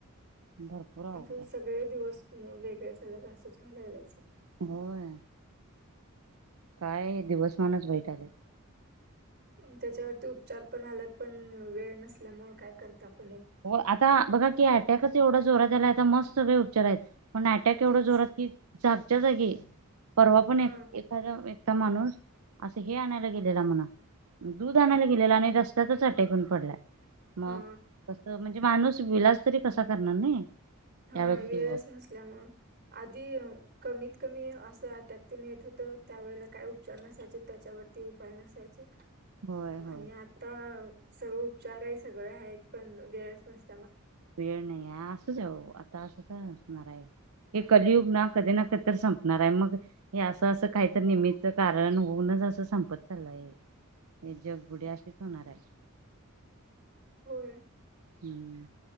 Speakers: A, on the right (about 75°); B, on the right (about 50°).
A: भरपूर
B: <inaudible>
A: अवघड
B: आता
A: आहे
B: सगळे दिवस वेगळे झालेत असंच म्हालागला
A: <inaudible> होय <inaudible> काय दिवसमानच वाईट आले
B: <inaudible> त्याच्यावरती उपचार पण आल्यात पण वेळ नसल्यामुळे काय करतात
A: <inaudible> हो आता बघा की अटॅकच एवढा जोरात त्याला आता मस्त सगळे उपचार आहेत पण अटॅक एवढा
B: तेच
A: जोरात की <inaudible> जागच्या जागी परवा पण
B: हा
A: एक एखाद्या <inaudible> माणूस असं हे आणायला गेलेला म्हणा <inaudible> दूध आणायला गेलेला आणि रस्त्यातच अटेकून पडलाय मग
B: हा
A: <inaudible> म्हणजे माणूस विलास तरी कसा करणार नाही
B: <inaudible> हा
A: त्या व्यक्तीवर.
B: वेळच नसल्यामुळे आधी कमीत <inaudible> कमी असं टकतेने येत होत त्यावेेळेला काय उपचार नसायचे त्याच्यावरती उपाय नसायचे <inaudible>
A: होय होय.
B: आणि आता सगळं उपचार आहे सगळं हा एक पण वेळच नसत
A: <inaudible> वेळ नाही असंचऊ आता असंचणार आहे <inaudible> हे कलियुग ना कधी ना कधी तर संपणार आहे मग हे असं असं काहीत नियमित् कारण होऊनच <inaudible> संपत चालला आहे हे जगबुडी असेच होणार आहे
B: <inaudible> होय
A: <inaudible> हम्म